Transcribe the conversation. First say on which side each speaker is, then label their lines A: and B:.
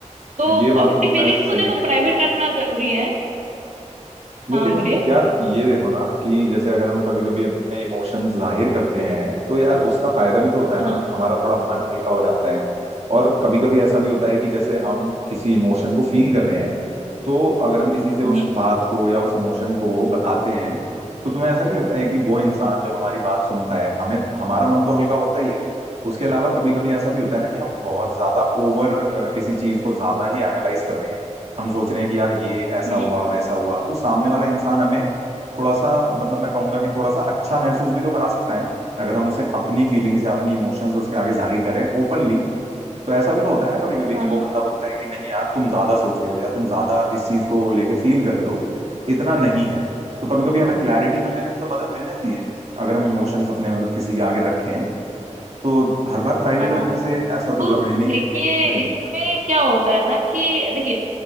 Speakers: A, on the right; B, on the right.
A: तो
B: ये बात
A: अपनी
B: तो तुमने
A: फीलिंग्स
B: वैसे सही
A: को देखो
B: कही
A: प्राइवेट रखना जरूरी है
B: लेकिन
A: हाँ हाँ बोलिए
B: यार ये देखो ना कि जैसे अगर हम कभी कभी अपने इमोशंस जाहिर करते हैं तो यार उसका फायदा भी तो होता है
A: हम्म
B: ना हमारा थोड़ा मन हल्का हो जाता है और कभी कभी ऐसा भी होता है कि जैसे हम किसी इमोशन को फील कर रहे हैं तो अगर हम किसी से उस
A: हम्म
B: बात को या उस इमोशन को बताते हैं तो तुम्हें ऐसा नहीं लगता है कि वो इंसान जब हमारी बात सुनता है हमें हमारा मन तो हल्का होता ही है उसके अलावा कभी कभी ऐसा भी होता है ना कि हम बहुत ज्यादा ओवर किसी चीज को ज्यादा ही एनालाइज कर रहे हैं हम सोच रहे हैं कि यार ये ऐसा
A: हम्म,
B: हुआ वैसा हुआ तो सामने वाला इंसान हमें थोड़ा सा मतलब मैं कहूंगा कि थोड़ा सा अच्छा महसूस भी तो करा सकता है ना अगर हम उसे अपनी फीलिंग्स या अपनी इमोशंस उसके आगे जाहिर करें ओपनली तो ऐसा भी तो होता है ना कभी कभी
A: हाँ
B: कि वो
A: हाँ
B: बंदा बोलता है कि नहीं यार तुम ज्यादा सोच रहे हो या तुम ज्यादा इस चीज को लेके फील कर रहे हो इतना नहीं है तो कभी
A: हाँ
B: कभी हमें क्लैरिटी मिलने में भी तो मदद मिल जाती है अगर हम इमोशंस अपने मतलब किसी के आगे रखें तो हर बार प्राइवेट
A: हाँ हाँ
B: रखने से ऐसा तो
A: तो
B: जरूरी नहीं
A: देखिए
B: है हम्म
A: इसमें क्या होता है ना कि देखिए